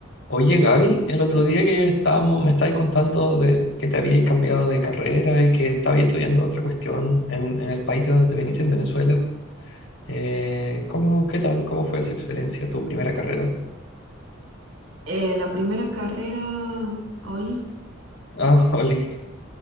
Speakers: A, on the left; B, on the right.
A: Oye, Gaby, el otro día que estábamos, me estabais contando de que te habíais cambiado de carrera y que estabais estudiando otra cuestión en, en el país de donde te viniste, en Venezuela. Eh, ¿cómo, qué tal? ¿Cómo fue esa experiencia, tu primera carrera?
B: Eh, la primera carrera, Oli,
A: <laughs> Ah, Oli.